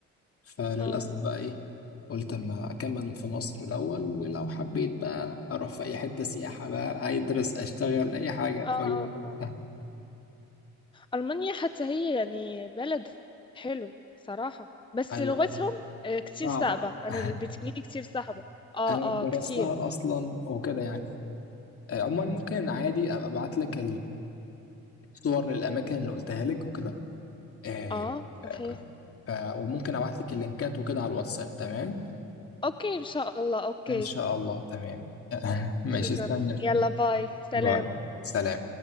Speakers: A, on the left; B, on the left.
A: فللأسف
B: اه
A: بقى إيه قلت أما أكمل في مصر الأول ولو حبيت بقى أروح في أي حتة سياحة بقى أدرس أشتغل أي حاجة
B: اه اه
A: فهي-
B: آه.
A: <laughs>
B: ألمانيا حتى هي يعني بلد حلو صراحة بس
A: ايوه
B: لغتهم آه، كتير
A: صعبة
B: صعبة أنا
A: <laughs>
B: ب- بتجيلي كتير صعبة اه
A: أنا درستها
B: اه كتير
A: أصلا وكده يعني آه، عموما ممكن عادي أبقى أبعت لك الصور للأماكن اللي قلتها لك وكده آه،
B: اه صحيح
A: آه، ف- وممكن أبعت لك اللينكات وكده على الواتساب تمام
B: اوكي إن شاء الله اوكي
A: إن شاء الله تمام <laughs> ماشي
B: شكرا
A: استنى
B: يلا باي سلام
A: باي سلام